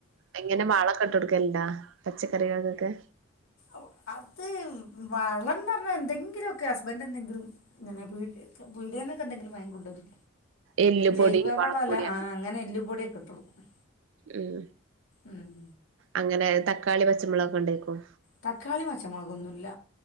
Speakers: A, on the right (about 60°); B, on the left (about 70°).
A: എങ്ങനെ വളവൊക്കെ ഇട്ട് കൊടുക്കലുണ്ടാ പച്ചക്കറികൾക്കൊക്കെ
B: ഉ അ അത് വളം എന്ന് പറഞ്ഞാ എന്തെങ്കിലുമൊക്കെ ഹസ്ബൻഡ് എന്തെങ്കിലും ഇങ്ങനെ പീ പീടികേന്നൊക്കെ എന്തെങ്കിലും വാങ്ങി കൊണ്ടുവരും.
A: എല്ലുപൊടി
B: ജൈവവളമല്ല
A: വളപ്പൊടി
B: ആ അങ്ങനെ എല്ലുപൊടിയൊക്കെ ഇട്ടു കൊടുക്കും.
A: ഉം
B: ഉം
A: അങ്ങനെ തക്കാളി പച്ചമുളകൊക്കെ ഉണ്ടേക്കും.
B: തക്കാളിയും പച്ചമുളകൊന്നും ഇല്ല